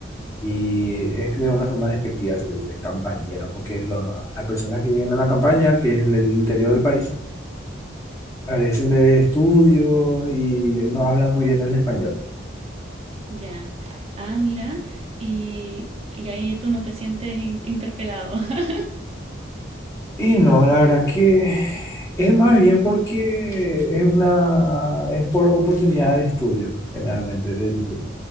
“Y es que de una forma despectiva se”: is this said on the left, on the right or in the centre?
Left